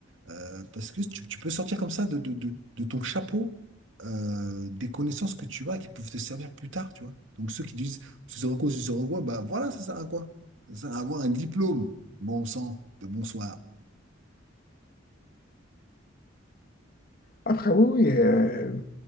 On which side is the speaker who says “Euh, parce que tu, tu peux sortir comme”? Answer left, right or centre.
Right